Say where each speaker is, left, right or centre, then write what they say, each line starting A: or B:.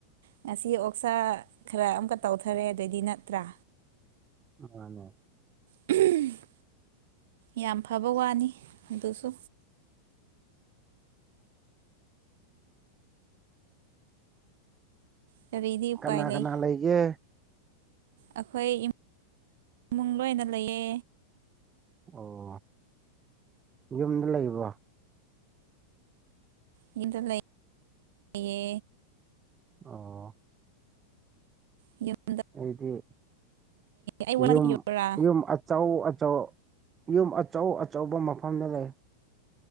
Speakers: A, on the right; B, on the right.
A: ꯉꯁꯤ ꯑꯣꯛꯁꯥ ꯈꯔ ꯑꯝꯀꯥ ꯇꯧꯊꯔꯦ ꯑꯗꯩꯗꯤ ꯅꯠꯇ꯭ꯔꯥ
B: ꯀꯅꯥꯅꯦ
A: <unintelligible> ꯌꯥꯝ ꯐꯕ ꯋꯥꯅꯤ ꯑꯗꯨꯁꯨ ꯀꯔꯤꯗꯤ ꯎꯄꯥꯏ
B: ꯀꯅꯥ
A: ꯂꯩ
B: ꯀꯅꯥ ꯂꯩꯒꯦ
A: ꯑꯩꯈꯣꯏ ꯏꯃꯨꯡ ꯏꯃꯨꯡ ꯂꯣꯏꯅ ꯂꯩꯌꯦ
B: ꯑꯣ ꯌꯨꯝꯗ ꯂꯩꯕ꯭ꯔꯣ
A: ꯌꯨꯝꯗ ꯂꯩꯌꯦ
B: ꯑꯣ
A: ꯌꯨꯝ
B: ꯑꯩꯗꯤ
A: ꯑꯩ ꯋꯥ
B: ꯌꯨꯝ
A: ꯄꯤꯌꯔꯥ
B: ꯌꯨꯝ ꯑꯆꯧ ꯑꯆꯧ ꯌꯨꯝ ꯑꯆꯧ ꯑꯆꯧꯕ ꯃꯐꯝꯗ ꯂꯩ